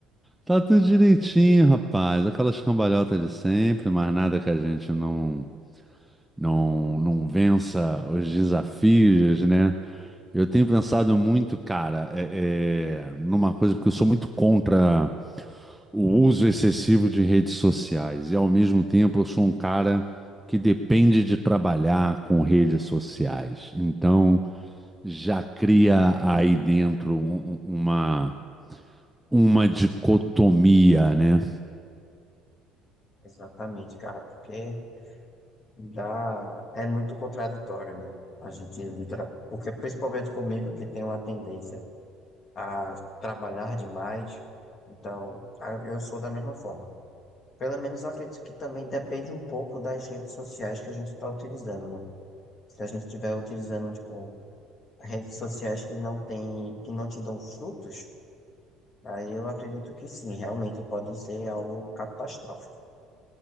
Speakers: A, in the centre; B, on the left.
A: Tá tudo direitinho, rapaz. Aquelas cambalhotas de sempre, mas nada que a gente não, não, não vença os desafios, né? Eu tenho pensado muito, cara, é- é, numa coisa, porque eu sou muito contra o uso excessivo de redes sociais. E ao mesmo tempo eu sou um cara que depende de trabalhar com redes sociais. Então. já cria aí dentro um- um- uma, uma dicotomia, né?
B: Exatamente, cara, porque dá... é muito contraditório, né? A gente literal- porque principalmente comigo, que tem uma tendência a trabalhar demais, então a- eu sou da mesma forma. Pelo menos eu acredito que também depende um pouco das redes sociais que a gente está utilizando, né? Se a gente estiver utilizando, tipo, redes sociais que não tem, que não te dão frutos, aí eu acredito que sim, realmente pode ser algo catastrófico.